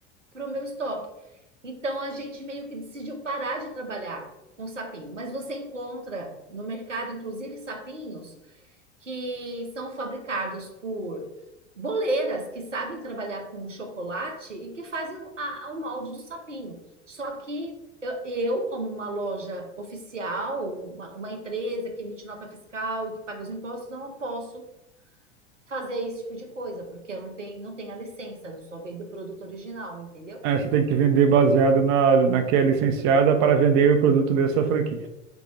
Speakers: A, on the right (about 85°); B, on the right (about 30°).
A: para o meu estoque. Então a gente meio que decidiu parar de trabalhar com sapinho, mas você encontra no mercado, inclusive, sapinhos que são fabricados por boleiras que sabem trabalhar com chocolate e que fazem a- o molde do sapinho. Só que eu, eu, como uma loja oficial, uma, uma empresa que emite nota fiscal e que paga os impostos, eu não posso fazer esse tipo de coisa, porque eu não tenho, não tenho a licença, eu só vendo o produto original, entendeu?
B: É, você tem que vender baseado na, na que é licenciada para vender o produto dessa franquia.